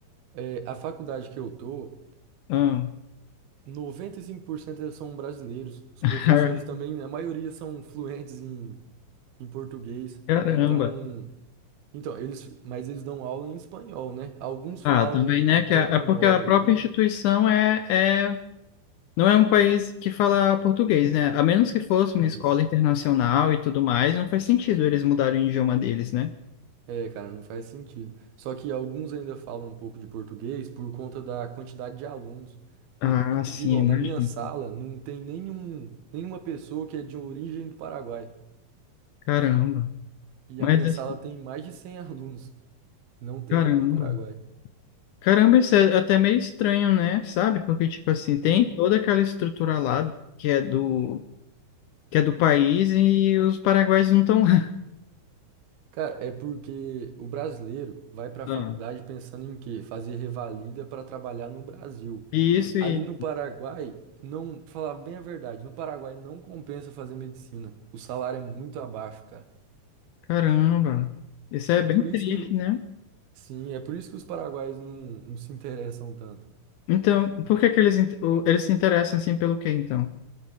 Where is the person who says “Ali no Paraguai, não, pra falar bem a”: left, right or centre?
Right